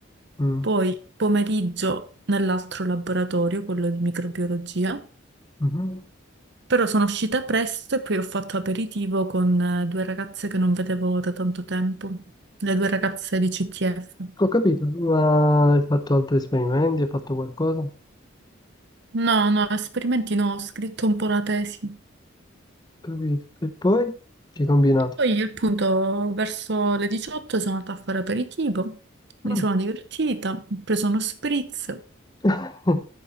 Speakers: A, on the left; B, on the right.
A: Mm,
B: poi pomeriggio nell'altro laboratorio, quello di microbiologia,
A: mhm.
B: però sono uscita presto e poi ho fatto aperitivo con eh, due ragazze che non vedevo da tanto tempo, le due ragazze di CTF.
A: Ho capito, ma hai fatto altri esperimenti, hai fatto qualcosa? Ho
B: No, no, esperimenti no, ho scritto un po' la tesi.
A: Capito. E poi che hai combinato?
B: Poi appunto verso le 18 sono andata a fare aperitivo, mi
A: Mm.
B: sono divertita, ho preso uno spritz
A: <laughs>